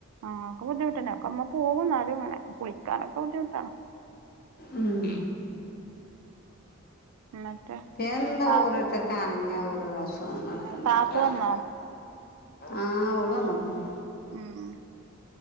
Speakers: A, on the right; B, on the left.
A: ആഹ് ഒക്കെ ബുദ്ധിമുട്ടന്നെ ഒക്കെ ഉമ്മ പോകും എന്നാലും കുളിക്കാനൊക്കെ ബുദ്ധിമുട്ടാണ്
B: ഉം
A: എന്നിട്ട്
B: എന്താ
A: താ
B: ഓരോരുത്തർ ക്കങ്ങനെ ഓരോരോ അസുഖങ്ങള് എന്താപ്പകാട്ട്ണു
A: താത്തു വന്നോ
B: ആഹ് ഓളന്ന്ക്കുണു
A: ഉം